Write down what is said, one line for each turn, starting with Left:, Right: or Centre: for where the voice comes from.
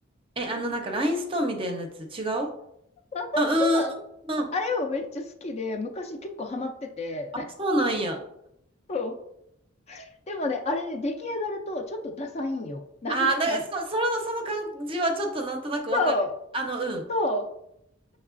Right: え、あの、なんか、ラインストーンみたいなやつ、違う
Left: かるそうあれもめっちゃ好きで、
Right: あ、うーん、うん。
Left: 昔結構ハマってて。
Right: あ、そうなんや。
Left: そうでもね、あれね、出来上がるとちょっとダサいんよ。なんか、
Right: あー、なんか、そ、その、その感じはちょっとなんとなくわかる。
Left: そう、
Right: あの、うん。
Left: そ